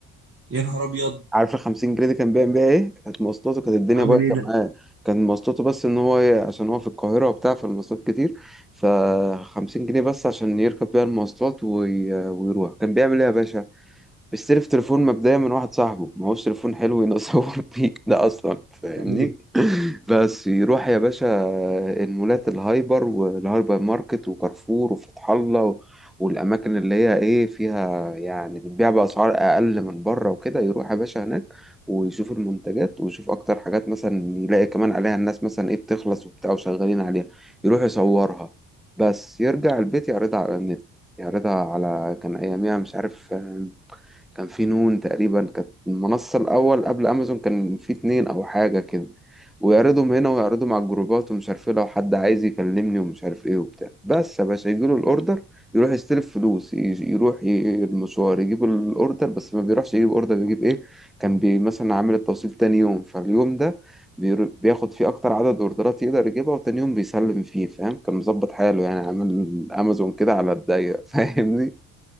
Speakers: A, on the right; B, in the centre.
A: يا نهار ابيض
B: عارف ال 50 جنيه دي كان بيعمل بيها ايه؟ كانت مواصلاته كانت الدنيا
A: عامل
B: بايظه
A: ايه ده؟
B: معاه كان مواصلاته بس ان هو ي- عشان هو في القاهره وبتاع فالمواصلات كتير ف 50 جنيه بس عشان يركب بيها المواصلات وي... ويروح كان بيعمل ايه يا باشا؟ اشتري في تليفون مبدئيا من واحد صاحبه ما هوش تليفون حلو ينصور <laughs> بيه ده اصلا فاهمني
A: يعني
B: بس يروح يا باشا المولات الهايبر والهايبر ماركت وكارفور وفتح الله و- والاماكن اللي هي ايه فيها يعني بتبيع باسعار اقل من بره وكده يروح يا باشا هناك ويشوف المنتجات ويشوف اكتر حاجات مثلا يلاقي كمان عليها الناس مثلا ايه بتخلص وبتاع وشغالين عليها يروح يصورها بس يرجع البيت يعرضها على النت يعرضها على كان اياميها مش عارف كان في نون تقريبا كانت المنصة الأول قبل أمازون كان في اتنين أو حاجة كده ويعرضهم هنا ويعرضهم على الجروبات ومش عارف ايه لو حد عايز يكلمني ومش عارف ايه وبتاع بس يا باشا يجيله الأوردر يروح يستلف فلوس ي- يروح ي- المشوار يجيب الأوردر بس ما بيروحش يجيب أوردر بيجيب ايه كان بي مثلا عامل التوصيل تاني يوم فاليوم ده بير- بياخد فيه أكتر عدد أوردرات يقدر يجيبها وتاني يوم بيسلم فيه فاهم كان مظبط حاله يعني عامل أمازون كده على الضيق <laughs> فاهمني